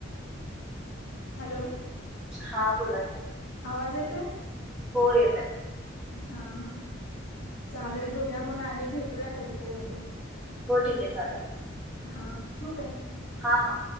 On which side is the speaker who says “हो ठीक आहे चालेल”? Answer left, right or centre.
Centre